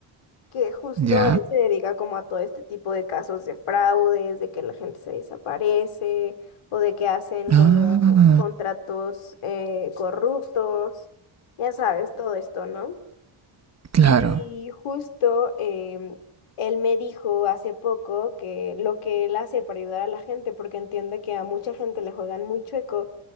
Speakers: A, on the left; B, on the right.
A: que
B: <laughs>
A: justo
B: ¿Ya?
A: él se dedica como a todo este tipo de casos de fraudes, de que la gente se desaparece o de que hacen como
B: Ah,
A: contratos eh, corruptos, ya sabes, todo esto, ¿no?
B: claro.
A: Y justo em, él me dijo hace poco que lo que él hace para ayudar a la gente, porque entiende que a mucha gente le juegan muy chueco